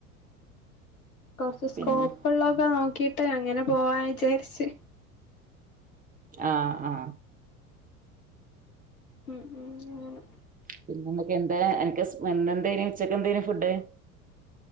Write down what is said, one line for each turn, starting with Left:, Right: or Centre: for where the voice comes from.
Left: കൊറച്ച് സ്കോപ്പ്
Right: പിന്നെ
Left: ഉള്ളൊക്കെ നോക്കിട്ട് അങ്ങനെ പോവാ വിചാരിച്ച്
Right: അആ
Left: ഉം ഉം അങ്ങനെ
Right: പിന്നെ എന്തൊക്കെ എന്താ എനിക്ക് എന്തെന് ഉച്ചക്ക് എന്തന് ഫുഡ്